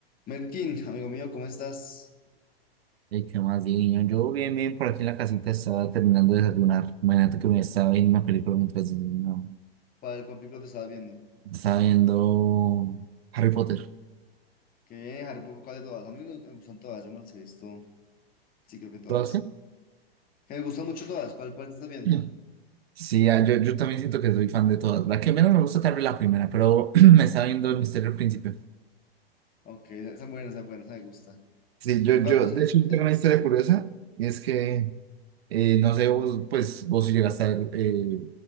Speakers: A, on the left (about 30°); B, on the right (about 75°).
A: Merkin, amigo mío, ¿cómo estás?
B: ¿Y qué más, divino? Yo bien, bien, por aquí en la casita estaba terminando de desayunar. Imagínate que me estaba viendo una película mientras desayunaba.
A: ¿Cuál cuál película te estabas viendo?
B: Estaba viendo Harry Potter.
A: Que Harry Potter, ¿cuál de todas? A mí me me gustan todas, yo me las he visto, sí creo que todas.
B: ¿Todas qué?
A: Que me gustan mucho todas, ¿cuál, cuál te estás viendo?
B: No. Sí, ah, yo, yo también siento que soy fan de todas. La que menos me gusta tal vez la primera, pero <clears throat> me estaba viendo El Misterio del Príncipe.
A: Ok, esa esa es buena, esa es buena, esa me gusta.
B: Sí, yo,
A: Lo cual
B: yo,
A: es- eh,
B: de hecho,
A: eh,
B: tengo una historia curiosa, y es que, eh, no sé, vos, pues, vos si llegaste a ver eh,